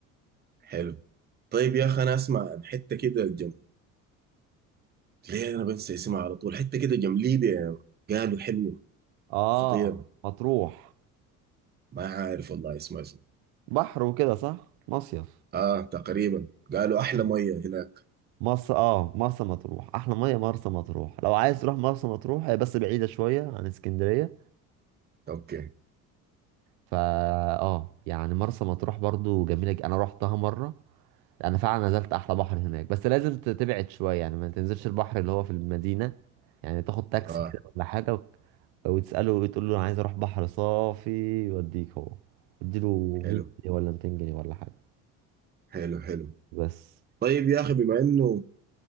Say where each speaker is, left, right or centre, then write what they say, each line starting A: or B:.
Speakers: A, on the right; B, on the right.
A: حلو طيب يا أخي أنا أسمع عن حتة كده جنب ليه أنا بنسى اسمها على طول حتة كده جنب ليبيا يعني. قالوا حلوة
B: اه
A: خطيرة
B: مطروح
A: ما عارف والله اسمها شنو
B: بحر وكده صح مصيف
A: آه تقريبا قالوا
B: آه.
A: أحلى مية هناك
B: مرسى اه مرسى مطروح احلى ميه مرسى مطروح لو عايز تروح مرسى مطروح هي بس بعيده شويه عن اسكندريه
A: أوكي
B: فا اه يعني مرسى مطروح برضو جميله ج- انا روحتها مره انا فعلا نزلت احلى بحر هناك بس لازم ت- تبعد شويه يعني ما تنزلش البحر اللي هو في المدينه يعني تاخد تاكسي
A: آه
B: كده ولا حاجه و... وتساله وتقول له انا عايز اروح بحر صافي يوديك هو اديله
A: حلو
B: 100 جنيه ولا 200 جنيه ولا حاجه
A: حلو حلو
B: بس
A: طيب يا أخي بما إنه